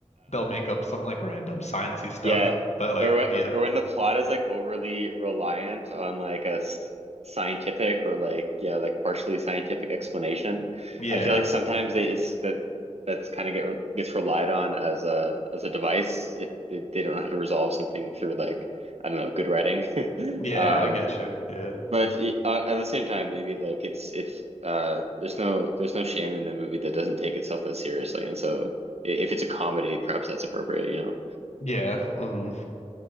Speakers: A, on the left; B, on the right.
A: they'll make up some like random sciencey stuff,
B: Yeah,
A: but like
B: or when,
A: yeah,
B: or when the plot is like overly reliant on like a s- scientific or like yeah, like partially scientific explanation.
A: yeah,
B: I feel like sometimes they it's that that's kind of get gets relied on as a as a device if they, they don't know how to resolve something through like I don't know, good writing. <laughs>
A: yeah,
B: Um,
A: I get you, yeah,
B: but i- uh, at the same time, maybe like it's if uh there's no there's no shame in a movie that doesn't take itself that seriously, and so i- if it's a comedy, perhaps that's appropriate, you know.
A: yeah, mm,